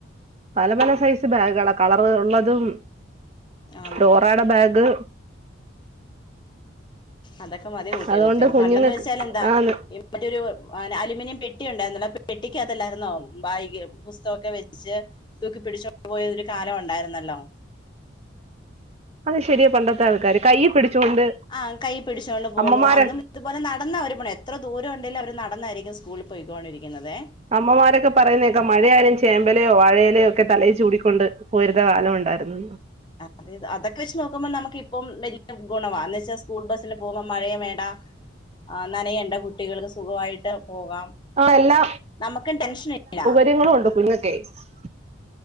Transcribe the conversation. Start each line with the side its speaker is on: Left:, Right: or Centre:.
Right: പല പല സൈസ് ബാഗുകളാ കളർ ഇള്ളതും.
Left: അത്
Right: ഡോറാടെ ബാഗ്.
Left: അതൊക്കെ മതി കുട്ടികൾക്ക്
Right: അതുകൊണ്ട് കുഞ്ഞുങ്ങൾക്ക്
Left: പണ്ടെന്ന് വെച്ചാ എന്താ
Right: ആന്ന്
Left: മറ്റൊരു അലൂമിനിയം പെട്ടി ഉണ്ടായിരുന്നല്ലൊ. ആ പെട്ടിക്ക് അകത്തെല്ലായിരുന്നൊ ബാഗ് പുസ്തകൊക്കെ വെച്ച് തൂക്കി. പിടിച്ചോണ്ട്പോയൊരു കാലം ഉണ്ടായിരുന്നല്ലൊ.
Right: അത് ശരിയ പണ്ടത്തെ ആൾക്കാര് കയ്യി പിടിച്ചുകൊണ്ട്
Left: ആഹ് കൈ പിടിച്ചോണ്ട് പോവുന്നു
Right: അമ്മമാരെ
Left: അന്നും ഇതുപോലെ നടന്നാ അവര് പോണേ എത്ര ദൂരം ഒണ്ടേലും അവര് നടന്നാരിക്കും സ്കൂളി പോയ്ക്കൊണ്ടിരിക്കുന്നതേ
Right: അമ്മമാരൊക്കെ പറയുന്ന കേക്കാ മഴയായാലും ചേമ്പലയോ വാഴയിലയോക്കെ തലയിൽ ചൂടിക്കൊണ്ട് പോയിരുന്ന കാലം ഒണ്ടായിരുന്നു
Left: അതെ അതൊക്കെ വെച്ച് നോക്കുമ്പോ നമുക്കിപ്പം വല്യ ഗുണവാ എന്നുവെച്ചാൽ സ്കൂൾ ബസ്സിന് പോവുമ്പം മഴേയും വേണ്ട ആഹ് നനയേണ്ട കുട്ടികൾക്ക് സുഖായിട്ട് പോകാം
Right: ആ എല്ലാ
Left: നമുക്കും ടെൻഷനില്ല
Right: <unintelligible>